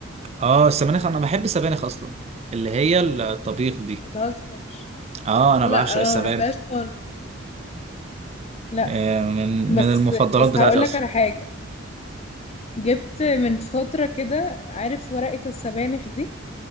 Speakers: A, on the right; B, on the left.
A: آه السبانخ أنا بحب السبانخ أصلا اللي هي الطبيخ دي
B: بتهزر
A: آه أنا
B: لا
A: بعشق
B: انا
A: السبانخ
B: ما بحبهاش خالص لا
A: آه من
B: بس
A: من المفضلات
B: بس
A: بتاعتي
B: هقول لك
A: أصلا
B: على حاجه جبت من فتره كده عارف ورقه السبانخ دي